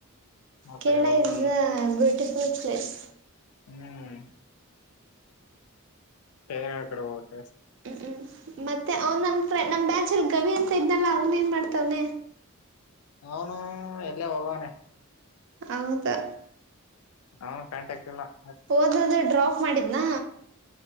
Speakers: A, on the right; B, on the left.
A: ಕೇರಳ
B: ಕಡೆ ಹೋಗಿ
A: ಇಸ್ ಅ ಬ್ಯೂಟಿಫುಲ್ ಪ್ಲೇಸ್
B: ಹ್ಮ್ ಕೇರಳ ಕಡೆ ಹೋಗತ
A: ಹ್ಞೂ ಹ್ಞೂ. ಮತ್ತೆ ಅವ್ನ್ ನನ್ ನಮ್ ಬ್ಯಾಚ್ ಅಲ್ಲಿ ಗವಿ ಅಂತ ಇದ್ನಲ್ಲ ಅವನ ಏನ್ ಮಾಡ್ತವ್ನೆ
B: ಅವನು ಎಲ್ಲೇ ಹೋಗವಾನೆ
A: ಹೌದಾ
B: ಹಾ ಕಾಂ್ ಆಗ್ತಿಲ್ಲ <inaudible>
A: ಹೋದದು ಡ್ರಾಪ್ ಮಾಡಿದನಾ